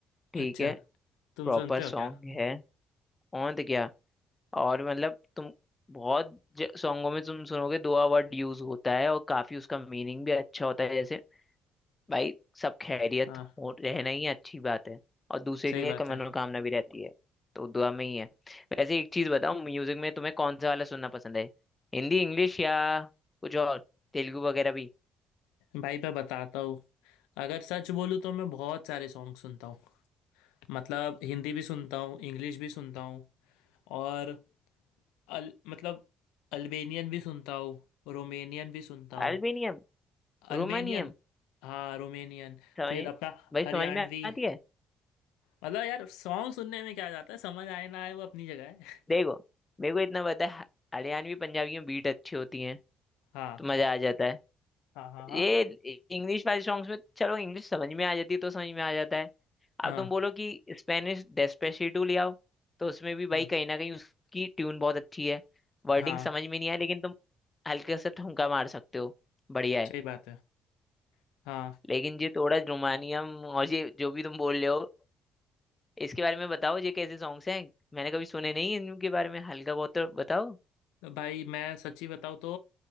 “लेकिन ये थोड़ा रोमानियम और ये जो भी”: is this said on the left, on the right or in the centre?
Left